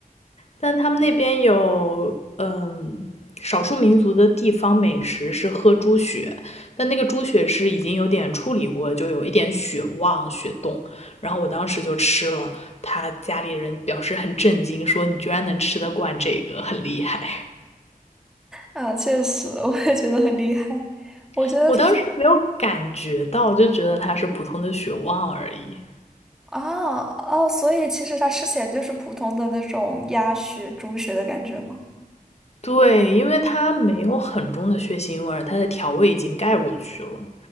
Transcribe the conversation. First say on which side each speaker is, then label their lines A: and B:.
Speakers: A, on the left; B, in the centre.
A: 但他们那边有，嗯，少数民族的地方美食是喝猪血，但那个猪血是已经有点处理过，就有一点血旺、血冻。然后我当时就吃了，他家里人表示很震惊，说你居然能吃得惯这个，很厉害。
B: 啊，确实 <laughs> 我也觉得很厉害。
A: <laughs>
B: 我觉得
A: 我当时没有感觉到，就觉得它是普通的血旺而已。
B: 啊哦，所以其实它吃起来就是普通的那种鸭血、猪血的感觉吗？
A: 对，因为它没有很重的血腥味儿，它的调味已经盖过去了，